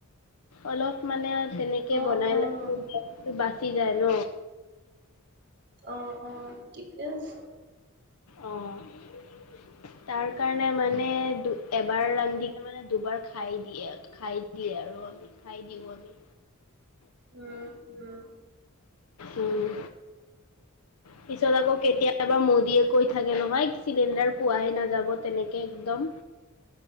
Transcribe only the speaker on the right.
অ',
অ',
অঁ অঁ ঠিকে আছে।
উম উম